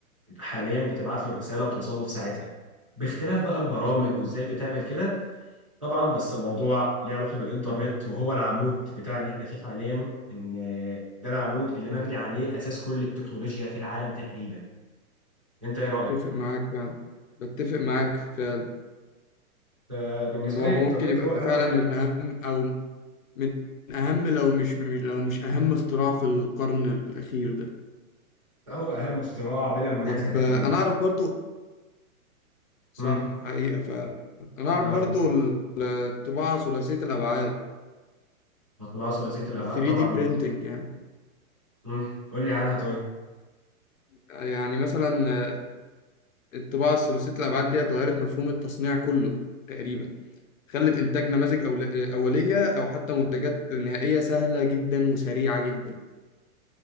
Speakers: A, on the right; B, on the left.
A: انت حاليا بتبعت له الرساله بتوصل له في ساعتها باختلاف بقى البرامج
B: صح
A: وازاي بتعمل كده طبعا بس الموضوع ليه علاقه بالانترنت وهو العمود بتاع اللي احنا فيه حاليا ان آه، ده العمود اللي مبني عليه اساس كل التكنولوجيا في العالم تقريبا انت ايه رايك؟
B: بتفق معاك فعلا بتفق معاك فعلا
A: فبالنسبه
B: يعني هو
A: لي الانترنت
B: ممكن يبقى
A: هو اهم
B: فعلا
A: حاجه
B: من أهم أو من أهم لو مش لو مش أهم اختراع في القرن الأخير ده
A: هو اهم اختراع بلا منازع
B: طب
A: تقريبا
B: آه، أنا أعرف برضو صح
A: مم.
B: حقيقة فعلا أنا أعرف
A: نعرف
B: برضو
A: ايه
B: الطباعة ثلاثية الأبعاد
A: الطباعة ثلاثية الأبعاد
B: ال 3D
A: طبعا
B: printing
A: ال-
B: يعني
A: مم. قول لي عنها طيب
B: يعني مثلا آه، الطباعة الثلاثية الأبعاد دي اتغيرت مفهوم التصنيع كله تقريبا خلت إنتاج نماذج أول- أولية أو حتى منتجات نهائية سهلة جدا وسريعة جدا